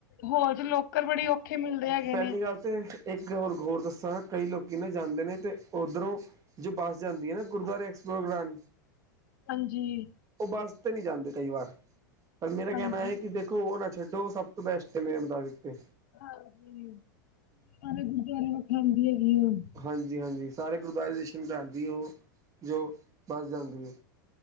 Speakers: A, on the left (about 60°); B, on the right (about 30°).
A: ਹੋਲਸ ਲੋਕਰ ਬੜੇ ਔਖੇ ਮਿਲਦੇ ਹੈਗੇ
B: ਪਹਿਲੀ
A: ਨੇ
B: ਗੱਲ ਤੇ ਇੱਕ ਹੋਰ ਹੋਰ ਦੱਸਾਂ ਕਈ ਲੋਕੀ ਨਾ ਜਾਂਦੇ ਨੇ ਤੇ ਉੱਧਰੋਂ ਜੋ ਬਸ ਜਾਂਦੀ ਗੁਰਦੁਆਰੇ ਐਕਸਗਰਾਂਡ
A: ਹਾਂਜੀ।
B: ਉਹ ਬੱਸ ਤੇ ਨਹੀਂ ਜਾਂਦੇ ਕਈ ਵਾਰ ਪਰ ਮੇਰਾ ਕਹਿਣਾ
A: ਹਾਂਜੀ
B: ਇਹ ਕਿ। ਉਹ ਨਾ ਛੱਡੋ ਸਭ ਤੋਂ ਬੈਸਟ ਕਿੰਨੇ <unintelligible> ਦਿੱਤੇ
A: ਹਾਂਜੀ <unintelligible>
B: ਹਾਂਜੀ-ਹਾਂਜੀ ਸਾਰੇ ਗੁਰਦੁਆਰੇ ਦਸ਼ਨ ਕਰਦੀ ਏ ਉਹ ਜੋ ਬੱਸ ਜਾਂਦੀ ਏ।